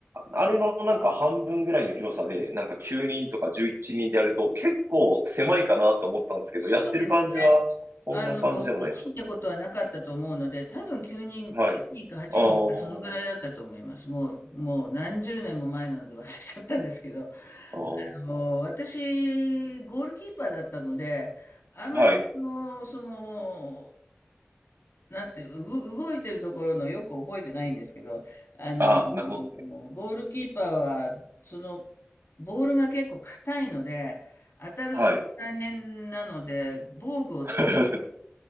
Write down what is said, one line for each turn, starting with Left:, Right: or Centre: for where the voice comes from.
Right: あれのなんか半分ぐらいの広さで、なんか9人とか11人でやると結構狭いかなと思ったんですけど、
Left: そうですね
Right: やってる感じはそ、そんな感じでもないですか
Left: あの、6人ってことはなかったと思うので、多分9人、
Right: はい。
Left: 9人か8人かそのぐらいだったと思います。
Right: ああ、
Left: もう、もう何十年も前なので忘れちゃったんですけど、
Right: ああ、
Left: あの、私、ゴールキーパーだったので、あんまりその、
Right: はい。
Left: その、なんていう、動動いてるところのよく覚えてないんですけど、あの、
Right: ああ、なるほどですね。
Left: ゴールキーパーは、その、ボールが結構硬いので、当たると大変なので、
Right: はい。
Left: 防具をつける。
Right: <laughs>